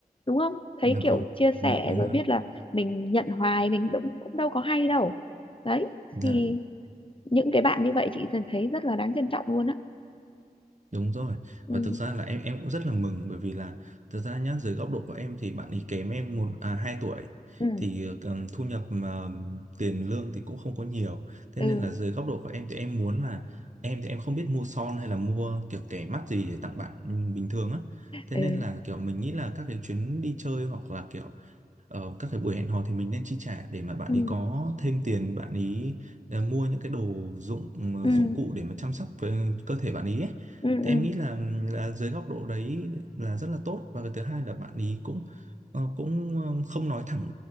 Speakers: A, on the left; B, on the right.
A: đúng không thấy
B: dạ
A: kiểu
B: vâng
A: chia
B: dạ
A: sẻ
B: đúng
A: rồi
B: rồi
A: biết là mình nhận hoài mình cũng cũng đâu có hay đâu đấy
B: dạ
A: thì những cái bạn như vậy chị thấy rất là đáng trân trọng luôn á
B: Đúng rồi.
A: ừ
B: Và thực ra là em em cũng rất là mừng bởi vì là thực ra nhá, dưới góc độ của em thì bạn ấy kém em một à, 2 tuổi
A: ừ
B: thì ờ, ừm, thu nhập mà tiền lương thì cũng không có nhiều. Thế
A: ừ
B: nên là dưới góc độ của em thì em muốn là em thì em không biết mua son hay là mua kiểu kẻ mắt gì để tặng bạn ừm, bình thường á. Thế
A: ừ.
B: nên là kiểu mình nghĩ là các cái chuyến đi chơi hoặc là kiểu Ờ, các cái buổi hẹn hò thì mình nên chi trả để mà bạn
A: ừ
B: ấy có thêm tiền bạn ấy ờ, mua những cái đồ dụng ừ,
A: ừ
B: dụng cụ để mà chăm sóc với cơ thể bạn ấy ấy.
A: ừ
B: Thì
A: ừ
B: em nghĩ là là dưới góc độ đấy là rất là tốt và cái thứ hai là bạn ấy cũng ờ, cũng ờ, không nói thẳng